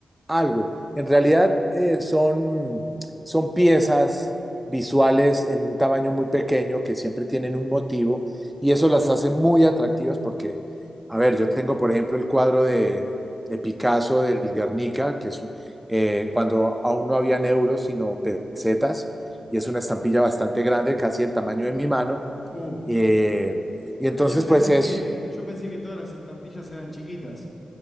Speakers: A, in the centre; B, on the left.
A: algo. En realidad eh, son, son piezas visuales en un tamaño muy pequeño que siempre tienen un motivo y eso las hace muy atractivas porque, a ver, yo tengo por ejemplo el cuadro de, de Picasso del Guernica, que es eh, cuando aún no habían euros sino pesetas y es una estampilla bastante grande, casi el tamaño de mi mano.
B: Uh.
A: Eh, y entonces
B: Ah, yo pensé
A: pues es,
B: que, yo pensé que todas las estampillas eran chiquitas.